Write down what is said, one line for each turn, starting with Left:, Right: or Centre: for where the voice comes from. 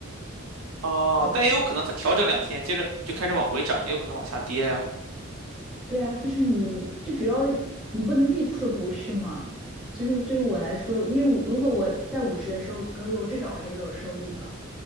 Right: 哦，
Centre: 对吧？
Right: 但也有可能它调整两天，接着就开始往回涨，也有可能往下跌呀。
Centre: 对啊，就是你，这主要你不能预测股市嘛。就是对于我来说，因为我如果我在五十的时候割肉，至少我还是有收益的。